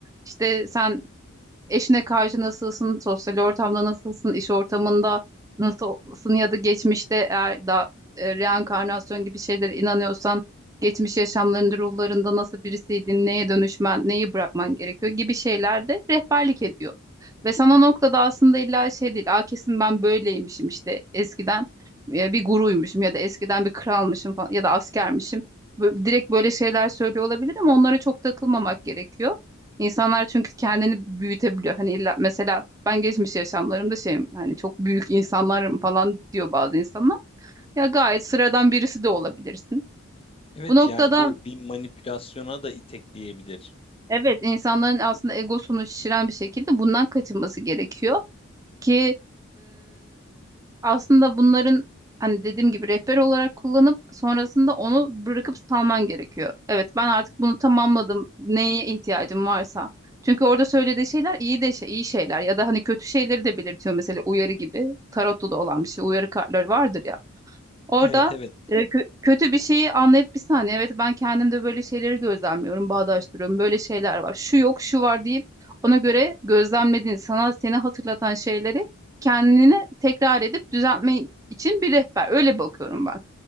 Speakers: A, on the right; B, on the left.
A: işte sen Eşine karşı nasılsın, sosyal ortamda nasılsın, iş ortamında nasılsın ya da geçmişte eğer da e, reenkarnasyon gibi şeylere inanıyorsan geçmiş yaşamlarında ruhlarında nasıl birisiydin, neye dönüşmen, neyi bırakman gerekiyor gibi şeylerde rehberlik ediyor. Ve sana o noktada aslında illa şey değil, "Aa, kesin ben böyleymişim işte eskiden e, bir guruymuşum ya da eskiden bir kralmışım falan ya da askermişim. Bö- Direkt böyle şeyler söylüyor olabilir ama onlara çok takılmamak gerekiyor. İnsanlar çünkü kendini büyütebiliyor. Hani illa mesela ben geçmiş yaşamlarımda şeyim hani çok büyük insanlarım falan diyor bazı insanlar. Ya gayet sıradan birisi de olabilirsin.
B: Evet
A: Bu noktada
B: yani bu bir manipülasyona da itekleyebilir.
A: evet insanların aslında egosunu şişiren bir şekilde bundan kaçınması gerekiyor ki aslında bunların hani dediğim gibi rehber olarak kullanıp sonrasında onu bırakıp salman gerekiyor. Evet ben artık bunu tamamladım. Neye ihtiyacım varsa. Çünkü orada söylediği şeyler iyi de şey, iyi şeyler ya da hani kötü şeyleri de belirtiyor mesela uyarı gibi. Tarotta da olan bir şey. Uyarı kartları vardır ya. Orada
B: Evet evet.
A: e, kö- kötü bir şeyi anlayıp bir saniye evet ben kendimde böyle şeyleri gözlemliyorum, bağdaştırıyorum. Böyle şeyler var. Şu yok, şu var deyip ona göre gözlemlediğin, sana seni hatırlatan şeyleri kendine tekrar edip düzeltme için bir rehber. Öyle bakıyorum ben.